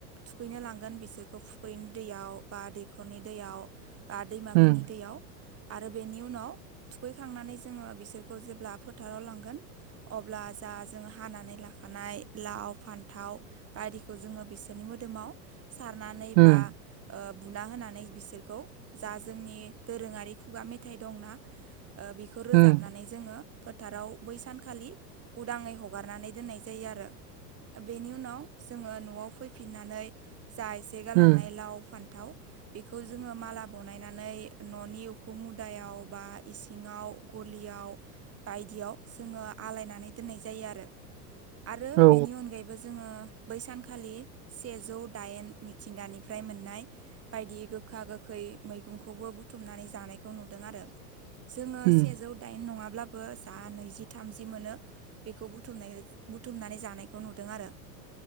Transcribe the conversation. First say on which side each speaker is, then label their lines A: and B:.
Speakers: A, on the right; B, on the right.
A: थुखैनो लांगोन बिसोरखौ फुख्रिनि दैयाव बा दैखरनि दैयाव बा दैमाफोरनि
B: उम
A: दैयाव आरो बेनि उनाव थुखैखांनानै जोङो बिसोरखौ जेब्ला फोथाराव लांगोन अब्ला जा जों हानानै लाखानाय लाव फान्थाव बादिखौ जोङो बिसो सोरनि मोदोमाव सारनानै
B: उम
A: बा ओ बुना होनानै बिसोरखौ जा जोंनि दोरोङारि खुगा मेथाइ दंना ओ बेखौ रोजाबनानै
B: उम
A: जोङो फोथाराव बै सानखालि उदाङै हगारनानै दोननाय जायो आरो। बेनि उनाव जोङो न'आव फै फिननानै जा एसे गालांनाय
B: उम
A: लाव फान्थाव बेखौ जोङो माला बनायनानै न'नि उखु मुदायाव बा इसिङाव गलियाव बायदियाव जोङो आलायनानै दोननाय जायो आरो। आरो
B: औ
A: बेनि अनगायैबो जोङो बैसानखालि सेजौ दाइन मिथिंगानिफ्राय मोननाय बायदि गोखा गोखै मैगंखौबो बुथुमनानै जानायखौ नुदों आरो। जोङो
B: उम
A: सेजौ दाइन नङाब्लाबो जा नैजि थामजि मोनो। बेखौ बुथुमनाय बुथुमनानै जानायखौ नुदों आरो